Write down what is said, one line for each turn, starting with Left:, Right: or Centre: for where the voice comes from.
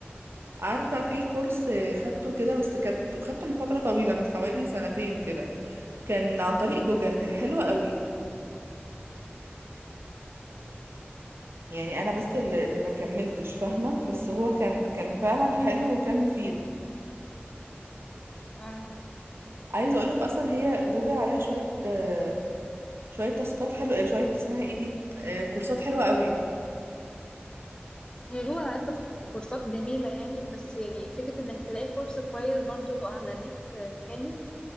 Right: عارفة في كورس خدته كده بس كانت خدته من فترة طويلة من حوالي سنتين كده كان عن طريق جوجل كان حلو
Left: مم.
Right: قوي يعني انا بس اللي, اللي ما كملتش فاهمه بس هو كان كان فعلا حلو وكان مفيد
Left: اه
Right: عايزه اقولك اصلا هي جوجل عليها شويه آه، شويه تاسكات حلوه آه، شويه اسمها ايه دي آه، كورسات حلوه قوي
Left: هي جوجل عادة كورسات جميلة يعني بس يعني فكرة إنك تلاقي كورس كويس برضه على النت آه، كامل